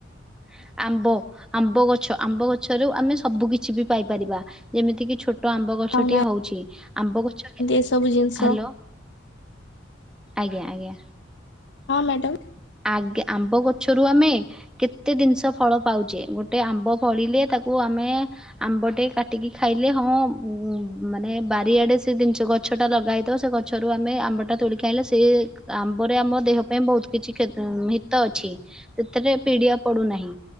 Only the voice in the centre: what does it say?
ହୁଁ ଆମ୍ବ ଆମ୍ବ ଗଛ ଆମ୍ବ ଗଛରୁ ଆମେ ସବୁ କିିଛି ବି ପାଇପାରିବା ଯେମିତି କିି ଛୋଟ ଟ ଆମ୍ବ ଗଛ
ଟିଏ ହଉଛି ଆମ୍ବ ଗଛ ହେ
ହ୍ୟାଲୋ ଆଜ୍ଞା ଆଜ୍ଞା।
ଆଗ ଆମ୍ବ ଗଛରୁ ଆମେ କେତେ ଜିନିଷ ଫଳ ପାଉଚେ ଗୋଟେ ଗୋଟେ ଆମ୍ବ ଫଳିଲେ ତାକୁ ଆମେ ଆମ୍ବ ଟେ କାଟିକି ଖାଇଲେ ହଁ ମାନେ ବାରିଆଡ଼େ ସେ ଜିନିଷ ଗଛଟା ଲଗା ହୋଇଇଥିବ ସେ ଗଛରୁ ଆମେ ଆମ୍ବଟା ତୋଳି ଖାଇଲେ ସେ ଆମ୍ବରେ ଆମ ଦେ ଦେହ ପାଇଁ ବହୁତ କିଛି କ୍ଷତ ଉଁ ହିତ ଅଛି ସେଥିରେ ପିଡିଆ ପଡୁନାହିଁ।